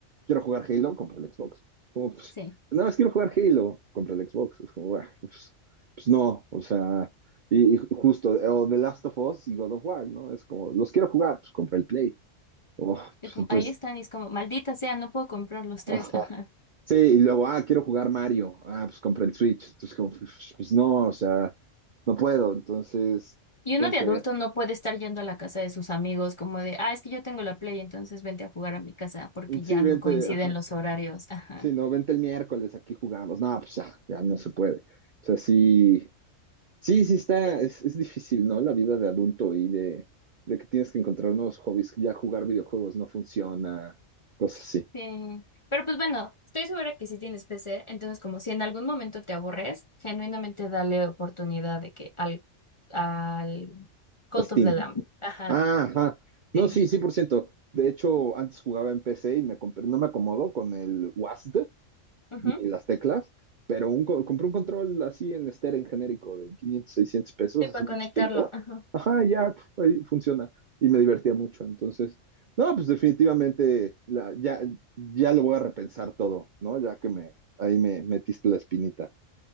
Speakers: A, on the right; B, on the left.
A: quiero jugar Halo, compra el Xbox. Como, pues,
B: Sí.
A: nada más quiero jugar Halo, compra el Xbox. Es como, "Buah, pues, pues no, o sea, y, y justo, o The Last of Us y God of War, ¿no? Es como, los quiero jugar, pues compra el Play. Oh,
B: Y
A: pues,
B: como-
A: entonces,
B: ahí están y es como, maldita sea, no puedo comprar los tres.
A: ajá.
B: <laughs> Ajá.
A: Sí, y luego, ah, quiero jugar Mario, ah, pues compra el Switch. Entonces, como, pues, pues no, o sea, no puedo, entonces,
B: Y uno
A: tengo
B: de
A: que
B: adulto
A: ver.
B: no puede estar yendo a la casa de sus amigos como de, ah, es que yo tengo la Play, entonces vente a jugar a mi casa porque
A: Sí,
B: ya
A: vente,
B: no Sí. coinciden
A: ajá.
B: los horarios. Ajá.
A: Sí, no, vente el miércoles, aquí jugamos. No, pues ya, ya no se puede. O sea, sí, sí, sí está, es, es difícil, ¿no? La vida de adulto y de, de que tienes que encontrar nuevos hobbies, ya jugar videojuegos no funciona, cosas así.
B: Sí. Pero pues bueno, estoy segura que si tienes PC, entonces como si en algún momento te aburres, genuinamente dale oportunidad de que al, al Cult
A: A Steam.
B: of the Lamb. Ajá.
A: Ah, ajá. No,
B: Sí.
A: sí, cien por ciento De hecho, antes jugaba en PC y me compré, no me acomodo con el WASD,
B: Ujú.
A: ni las teclas, pero un, co- compré un control así en estéreo, en genérico, de 500 600 pesos
B: Sí, para
A: hace mucho
B: conectarlo.
A: tiempo.
B: Ajá.
A: Ajá, ya, pf, ahí funciona. Y me divertía mucho. Entonces, no, pues definitivamente la- ya, ya lo voy a repensar todo, ¿no? Ya que me, ahí me metiste la espinita.